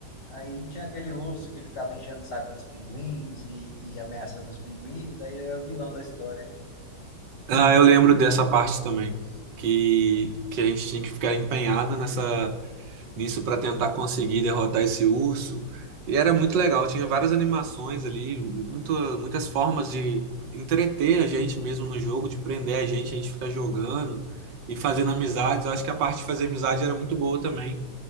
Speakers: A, on the left (about 75°); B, on the right (about 85°).
A: Aí tinha aquele urso que ficava enchendo o saco dos pinguins e, e ameaçando os pinguins, aí era o vilão da história.
B: Ah, eu lembro dessa parte também, que, que a gente tinha que ficar empenhada nessa. nisso para tentar conseguir derrotar esse urso. E era muito legal, tinha várias animações ali, muito, muitas formas de entreter a gente mesmo no jogo, de prender a gente, a gente ficar jogando e fazendo amizades. Eu acho que a parte de fazer amizade era muito boa também,